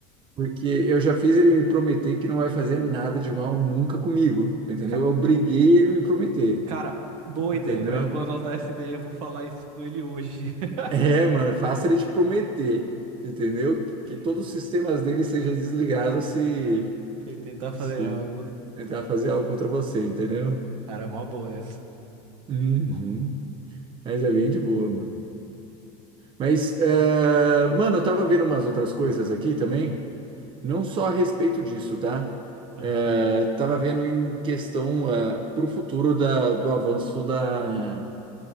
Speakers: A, on the right; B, on the right.
A: porque eu já fiz ele me prometer que não vai fazer nada de mal nunca comigo, entendeu?
B: Ca-
A: Eu briguei
B: ca-
A: ele me prometer,
B: Cara, boa
A: entendeu?
B: ideia. Eu vou anotar essa ideia e vou falar isso com ele hoje. <laughs>
A: É, mano, é fácil ele te prometer, entendeu?
B: Sim,
A: Que todos os sistemas dele sejam desligados se,
B: se ele tentar fazer
A: se
B: algo.
A: tentar fazer algo contra você, entendeu?
B: Cara, é uma boa essa.
A: Uhum. Mas é bem de boa, mano. Mas, eh, mano, eu tava vendo umas outras coisas aqui também, não só a respeito disso, tá?
B: Aham.
A: Eh, tava vendo em questão, eh, pro futuro da, do avanço da,